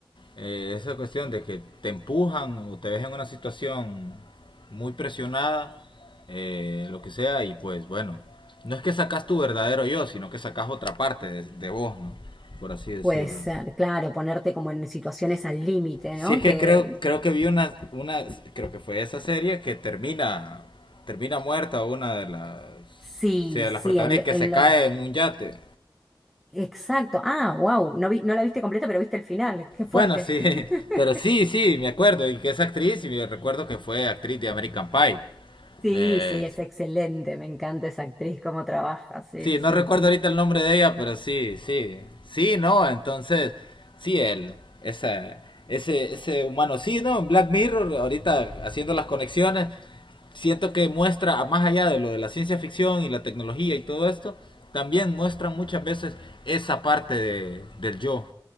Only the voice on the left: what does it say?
eh, esa cuestión de que te empujan o te ves en una situación muy presionada, eh, lo que sea, y pues bueno, no es que sacas tu verdadero yo, sino que sacas otra parte de, de vos, ¿no? Por así decirlo.
Si
es que
creo, creo que vi una, una, creo que fue esa serie que termina, termina muerta una de las,
sí, de
las protagonistas
que
se cae
en un yate.
Bueno, sí,
<laughs> pero sí, sí, me acuerdo, y que es actriz, y me recuerdo que fue actriz de American Pie.
Eh,
sí,
no
recuerdo ahorita el nombre de ella, pero sí, sí, sí, no, entonces, sí, él, esa, ese, ese humano, sí, ¿no? en Black Mirror, ahorita haciendo las conexiones, siento que muestra, más allá de lo de la ciencia ficción y la tecnología y todo esto, también muestra muchas veces esa parte de, del yo,